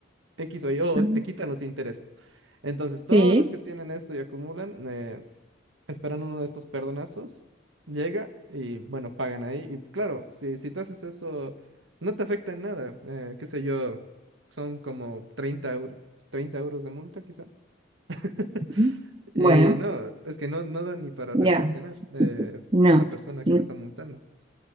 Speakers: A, on the right; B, on the right.
A: X o Y, o
B: Ujú.
A: te quitan los intereses. Entonces, todos
B: Sí.
A: los que tienen esto y acumulan, eh, esperan uno de estos perdonazos, llega y bueno, pagan ahí. Y claro, si, si tú haces eso, no te afecta en nada. eh, qué sé yo, son como 30 euros, 30 euros de multa quizá. <laughs>
B: Ujú. Bueno,
A: Y no, es que no, no da ni para
B: ya,
A: reflexionar eh,
B: no,
A: a la persona
B: mm,
A: que le está multando.